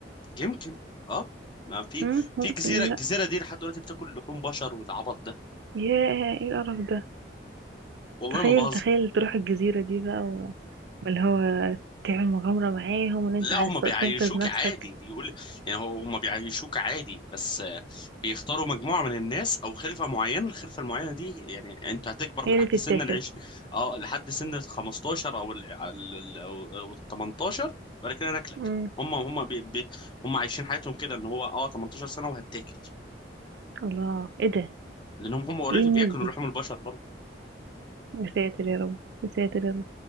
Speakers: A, on the left; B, on the right.
A: يمكن اه ما في
B: مم. ممكن
A: في جزيره الجزيره
B: لا
A: دي لحد دلوقتي بتاكل لحوم بشر والعبط ده
B: ياه ايه القرف ده
A: والله
B: تخيل
A: ما بهزر
B: تخيل تروح الجزيرة دي بقى و- واللي هو تعمل مغامرة معاهم وان انت
A: لا
B: عايز
A: هم
B: ت-
A: بيعيشوك
B: تنقذ نفسك
A: عادي بيقول يعني هو هم بيعيشوك عادي بس آه، بيختاروا مجموعة من الناس او خلفة معينة الخلفة المعينة دي يعني انت هتكبر
B: هي
A: لحد
B: اللي
A: سن
B: تتاكل
A: العيش اه لحد سن ال 15 او ال ال- او أو ال 18 بعد كده ناكلك
B: امم
A: هم هم بي بي هم عايشين حياتهم كده ان هو اه 18 سنة وهتاكل
B: الله ايه ده
A: لانهم هم اوريدي
B: ايه الناس
A: بياكلوا
B: دي
A: لحوم البشر برضه
B: يا ساتر يا رب يا ساتر يا رب